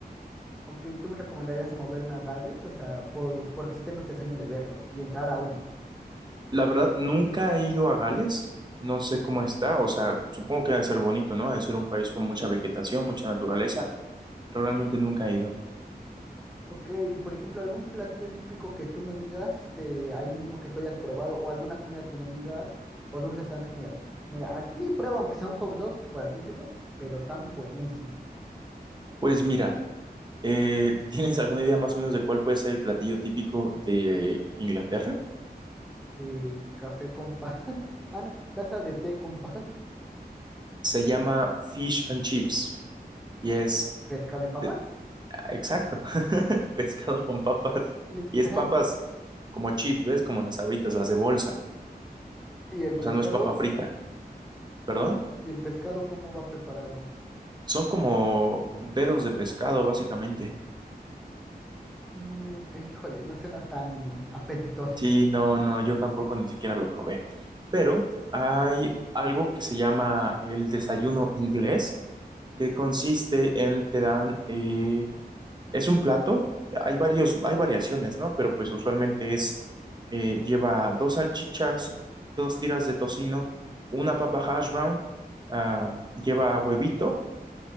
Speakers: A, in the centre; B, on the right (about 25°).
A: Ok, ¿tú me recomendarías moverme a Gales? O sea, por, porque sí tengo este sueño de verlos y entrar a uno.
B: La verdad, nunca he ido a Gales, no sé cómo está, o sea, supongo que debe ser bonito, ¿no? Debe ser un país con mucha vegetación, mucha naturaleza, pero realmente nunca he ido.
A: Ok, y por ejemplo, algún platillo típico que tú me digas de ahí mismo que tú hayas probado, o alguna comida que me digas, o de un restaurante que me digas, mira, aquí prueba aunque sea un hot dog, por así decirlo, pero están buenísimos.
B: Pues mira, eh, <laughs> ¿tienes alguna idea más o menos de cuál puede ser el platillo típico de Inglaterra?
A: Eh, café con pan, <laughs> ah, no, taza de té con pan,
B: Se llama fish and chips y
A: <laughs>
B: es,
A: pescado y papas,
B: eh, exacto, <laughs> pescado con papas
A: <laughs> literal.
B: y es papas como chips, ¿ves? Como las abritas, las de bolsa.
A: ¿Y el
B: O
A: pescado?
B: sea, no es papa frita, ¿perdón?
A: ¿Y el pescado cómo va preparado?
B: Son como dedos de pescado, básicamente.
A: Mm, híjole, no suena tan apetitoso.
B: Sí, no, no, yo tampoco ni siquiera lo probé. Pero hay algo que se llama el desayuno inglés, que consiste en te dan, eh, es un plato, hay varios, hay variaciones, ¿no? Pero pues usualmente es, eh, lleva dos salchichas, dos tiras de tocino, una papa hash brown, ah, lleva huevito